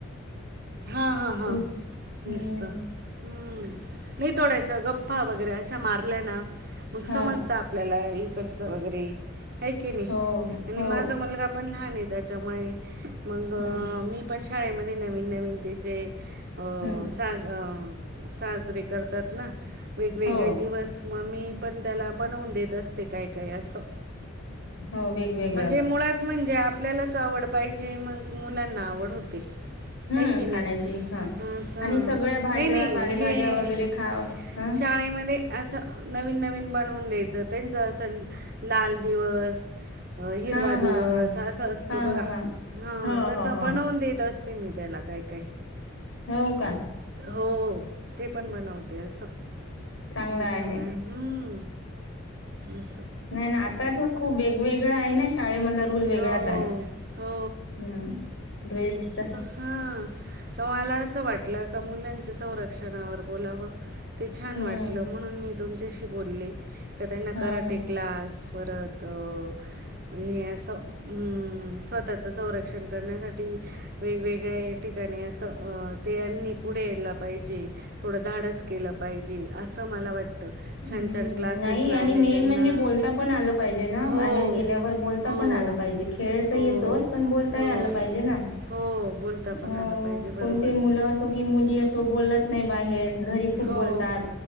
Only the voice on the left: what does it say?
तुम
हम्म
हा
हो
हो
हम्म
हम्म
हो
हो वेगवेगळं
हम्म
खाण्याची ह
आणि सगळ्या भाज्या
पालेभाज्या
वगैरे खाव ह
हा हा
हा
हा
हा हा
हो
हो हो
हो का.
चांगला
आहे
नाही नाही, आता तर खूप वेगवेगळा आहे ना, शाळेमधला रूल वेगळाच
आहे.
हम्म ड्रेसचा
हम्म
हा हा
हम्म,,
नाही
आणि मेन
म्हणजे बोलता पण आलं पाहिजे ना
बाहेर गे गेल्यावर बोलता
पण आलं पाहिजे, खेळ तर
येतोच पण बोलताही
आलं पाहिजे ना.
अ
कोणती
मुलं असो की मुली असो बोलत नाही बाहेर, घरी खूप
बोलतात,